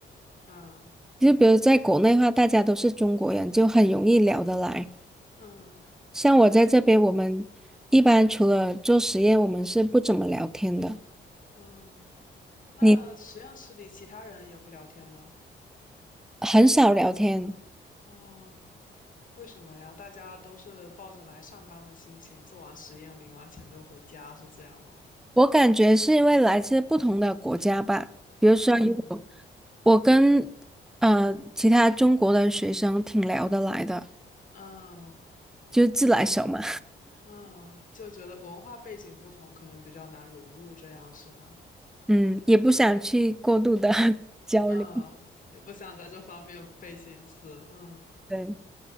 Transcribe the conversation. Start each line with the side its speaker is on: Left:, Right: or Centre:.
Left: 嗯
Centre: 就比如在国内的话，大家都是中国人，就很容易聊得来。
Left: 嗯
Centre: 像我在这边，我们一般除了做实验，我们是不怎么聊天的。
Left: 嗯，那实验室里其他人也不聊天吗？
Centre: 你很少聊天，
Left: 哦，为什么呀？大家都是抱着来上班的心情，做完实验，领完钱就回家，是这样吗？
Centre: 我感觉是因为来自不同的国家吧。比如说，
Left: 嗯
Centre: 如果我跟呃其他中国的学生挺聊得来的，
Left: 嗯
Centre: 就自来熟嘛，
Left: 嗯，就觉得文化背景不同，可能比较难融入，这样是吗？
Centre: <laughs> 嗯，也不想去过度的 <laughs> 交流。
Left: 嗯，也不想在这方面费心思。嗯
Centre: 对，